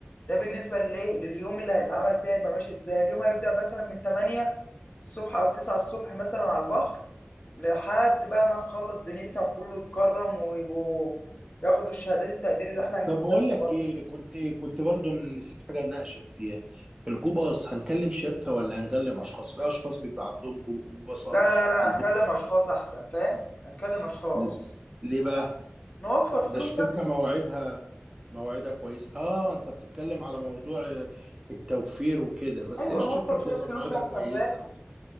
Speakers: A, on the left; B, on the right.
A: ده بالنسبه للايه لليوم اللي هيتعمل فيها يبقى ماشي ازاي اليوم هيبدا مثلا من 8 الصبح او 9 الصبح مثلا على البحر لحد بقى ما نخلص دنيتنا وكله يتكرم ويبقوا ياخدوا الشهادات التقدير اللي احنا هنجيبها
B: طب بقول
A: لهم
B: لك
A: برضه
B: ايه كنت كنت برضو نسيت حاجه اناقشك فيها الجوباص هنكلم شركه ولا هنكلم اشخاص في اشخاص بيبقى عندهم جو- جوباصات
A: لا لا لا
B: عندهم
A: هنكلم اشخاص احسن فاهم هنكلم اشخاص
B: لا. ليه بقى
A: نوفر فلوس
B: ده الشركه
A: احسن
B: مواعيدها مواعيدها كويسه اه انت بتتكلم على موضوع آه، التوفير وكده بس
A: ايوه
B: هي الشركه
A: نوفر
B: بتبقى
A: شويه فلوس
B: مواعيدها
A: احسن
B: كويسه
A: فاهم
B: أو.